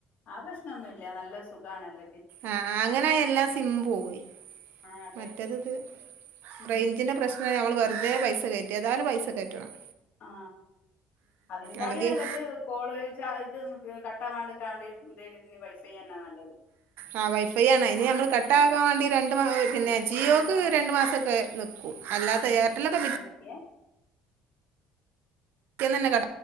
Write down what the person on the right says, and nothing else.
ആഹ അങ്ങന ആ യഎല്ലാ സിമ്മും പോവോയ്‌
മറ്റേത് ഇത്
റേഞ്ചിന്റെ പ്രശ്ന എന്ന നമ്മൾ വെറുതെ പൈസ കയറ്റ ഏതായാലും പൈസ കേറ്റണം
അല്ലെങ്കിൽ
ആ വൈഫൈ ആണ് അയിനമ്മൾ കട്ടകാണ്ട്
രണ്ട്
പിന്നെ
ജിയോക്ക് രണ്ടു മാസൊക്കെ നിക്ക് ക്കും അല്ലാത്ത
ഏർട്ടലൊക്കെ
ക്ക്നന്നേ കാ